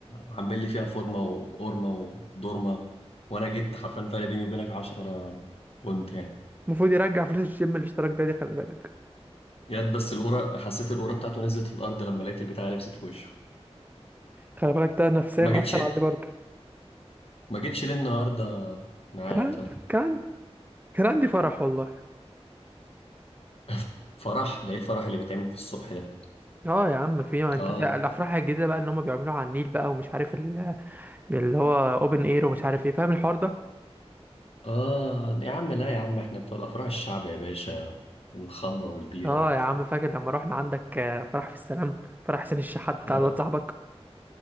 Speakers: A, on the left; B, on the right.
A: عامل لي فيها فورمه وقورمه ودورمه وانا جيت حرفيا فرق بيني وبينك 10 بونت يعني
B: المفروض يرجع فلوس الجيم الاشتراك بيه دي خلي بالك
A: ياد بس القوره حسيت القوره بتاعته نزلت في الارض لما لقيت البتاع لبست في وشه
B: خلي بالك ده نفسيا
A: ما جيتش
B: اثر عليه برضه
A: ما جيتش ليه النهارده معانا
B: كان
A: طيب
B: عن- كان عن- كان عندي فرح والله
A: <laughs> فرح ده ايه الفرح اللي بيتعمل في الصبح ده
B: اه يا عم في ما انت
A: اه
B: الافراح الجديده بقى اللي هم بيعملوها على النيل بقى ومش عارف ال- اللي هو اوبن اير ومش عارف ايه فاهم الحوار ده
A: اه يا عم لا يا عم احنا بتوع الافراح الشعب يا باشا الخمره والبيره
B: اه
A: والبتاع
B: يا عم فاكر لما رحنا عندك آه، فرح في السلام فرح حسين الشحات بتاع
A: يا
B: الواد
A: را-
B: صاحبك